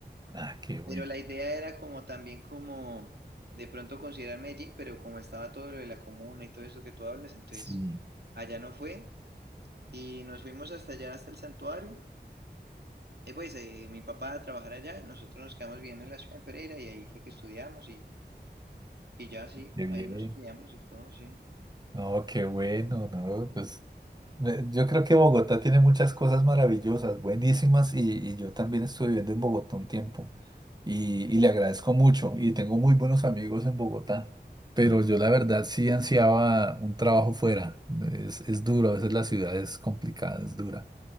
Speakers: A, on the right (about 20°); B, on the right (about 65°).
A: Ah, qué bueno.
B: Pero la idea era como también como de pronto considerar Medellín, pero como estaba todo lo de la comuna y todo eso que tú hablas, entonces
A: Sí,
B: allá no fue. Y nos fuimos hasta allá, hasta el santuario. Y pues eh, mi papá a trabajar allá y nosotros nos quedamos viviendo en la ciudad de Pereira y ahí fue que estudiamos y, y ya sí,
A: qué
B: ahí
A: bien.
B: nos estudiamos y todo, sí.
A: No, qué bueno, no, pues me- yo creo que Bogotá tiene muchas cosas maravillosas, buenísimas, y, y yo también estuve viviendo en Bogotá un tiempo y, y le agradezco mucho y tengo muy buenos amigos en Bogotá, pero yo la verdad sí ansiaba un trabajo fuera. Es, es duro, a veces la ciudad es complicada, es dura.